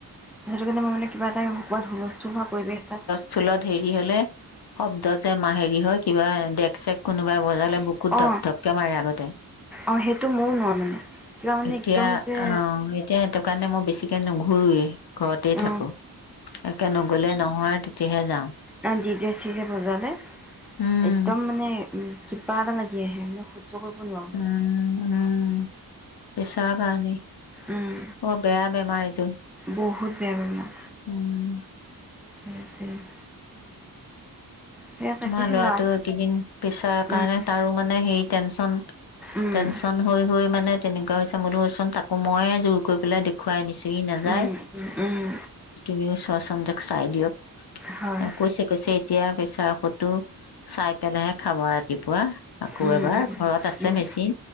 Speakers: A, in the centre; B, on the left (about 80°).
A: এনে যদি মই মানে কিবা এটা হোৱাৰ হুলস্থুল হোৱা পৰিৱেশ এটা
B: স্কুলত হেৰি হ'লে শব্দ যে মাহ হেৰি হয় কিবা দেক- চেক কোনোবাই বজালে বুক কুত,
A: অ
B: ধপ- ধপকে মাৰে আগতে।
A: অ, সেইটো মোৰো মন, মানে কিবা মানে
B: এতিয়া
A: একদম যে
B: অ এতিয়া সেইটো কাৰণে মই বেছিকৈ নুঘোৰোৱেই ঘৰতেই
A: অ
B: থাকোঁ। তাকে নগলে নহয় তেতিয়াহে যাওঁ।
A: অ, দিজে- চিজে বজালে
B: উম
A: একদম মানে উম, কিবা এটা লাগি আহে মানে সহ্য কৰিব নোৱাৰোঁ।
B: উম, উম। বিচাৰ কাৰণে,
A: উম
B: বৰ বেয়া বেমাৰ এইটো।
A: বহুত বেয়া বেমাৰ।
B: উম।
A: উম, সেইটোৱে। সেয়া তাকেহে
B: মই ল'ৰাটো
A: ল'ৰাক
B: এইকেইদিন পিচাৰ কাৰণে
A: উম
B: তাৰো মানে, টেনচন-
A: উম
B: টেনচন। হৈ- হৈ মানে তেনেকুৱা হৈছে। মই বোলো চোন তাকো মইয়ে জোৰ কৰি পেলাই দে খুৱাই নিছোহি ই নাযায়,
A: উম উম উম
B: তুমিও চোৱাচোন যাওঁক চাই দিয়ক।
A: হয়
B: কৈছে- কৈছে এতিয়া পেচাৰ ঔষধটো চাই পেলাইহে খাব আৰু ৰাতিপুৱা। আকৌ
A: উম
B: এবাৰ,
A: উম
B: ঘৰত আছে
A: উম
B: মেচিন